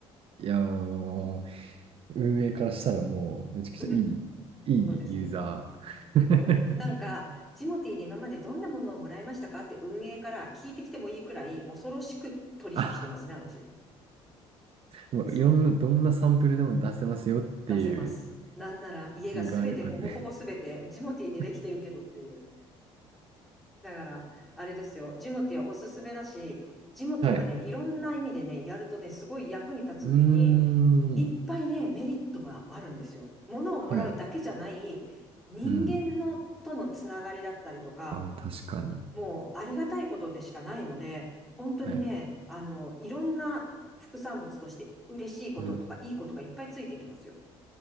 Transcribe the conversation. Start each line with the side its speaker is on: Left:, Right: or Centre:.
Right: いやー、運営からしたらもうめちゃくちゃいい、
Centre: <laughs>
Right: いいユーザー。
Centre: そうですね。そう。なんか、ジモティーで今までどんなものをもらいましたかって運営から聞いてきてもいいくらい恐ろしく取引してますね、
Right: <laughs> あ、
Centre: 私。
Right: もういろんな、
Centre: そ
Right: どんなサンプルでも出せますよっていう
Centre: う。出せます。なんなら家がすべてほぼほぼすべてジモティーでできてるけどっていう。
Right: 自信がある、ある。<laughs>
Centre: だから、あれですよ。ジモティーはおすすめだし、ジモティーはね、
Right: はい。
Centre: いろんな意味でね、やるとね、すごい役に立つ上に、
Right: うーん。
Centre: いっぱいね、メリットがあるんですよ。物をもらうだけじゃない、
Right: はい。
Centre: 人間のとのつながりだったりとか、
Right: うん。ああ、確かに。
Centre: もうありがたいことでしかないので、本当にね、
Right: はい。
Centre: あの、いろんな副産物として嬉しいこととかいいことがいっぱいついてきますよ。
Right: うん。